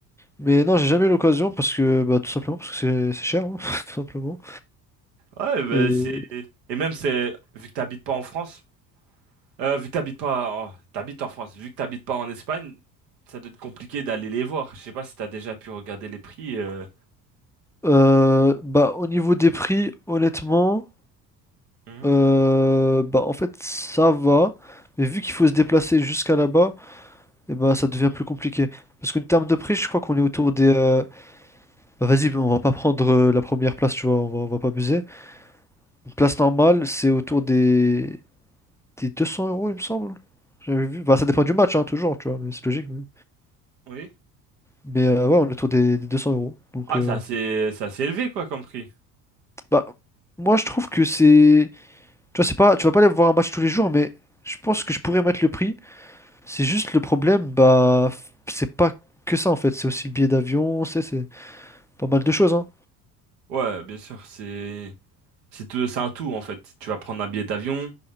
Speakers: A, in the centre; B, on the right (about 75°).
A: Mais non, j'ai jamais eu l'occasion parce que, bah, tout simplement, parce que c'est c'est cher, hein, <laughs> tout simplement.
B: Ouais, bah,
A: Et
B: c'est et même c'est vu que t'habites pas en France, euh, vu que t'habites pas, oh, t'habites en France, vu que t'habites pas en Espagne, ça doit être compliqué d'aller les voir. Je sais pas si t'as déjà pu regarder les prix. euh.
A: euh, bah, au niveau des prix, honnêtement,
B: Mhm.
A: euh, bah, en fait, ça va. Mais vu qu'il faut se déplacer jusqu'à là-bas, et ben ça devient plus compliqué. Parce qu'en termes de prix, je crois qu'on est autour des euh, Bah vas-y, on va pas prendre euh, la première place, tu vois, on va, on va pas abuser. Une place normale, c'est autour des... des 200 euros, il me semble. J'avais vu. Bah ça dépend du match, hein, toujours, tu vois, mais c'est logique. Mais,
B: Oui.
A: mais, euh, ouais, on est autour des, des 200 euros. Donc,
B: Ah,
A: euh,
B: c'est assez, c'est assez élevé quoi comme prix.
A: bah, moi je trouve que c'est. Tu vois, c'est pas... tu vas pas aller voir un match tous les jours, mais je pense que je pourrais mettre le prix. C'est juste le problème, bah, f- c'est pas que ça en fait, c'est aussi le billet d'avion, c'est c'est pas mal de choses, hein.
B: Ouais, bien sûr, c'est. C'est tout- c'est un tout en fait. Tu vas prendre un billet d'avion,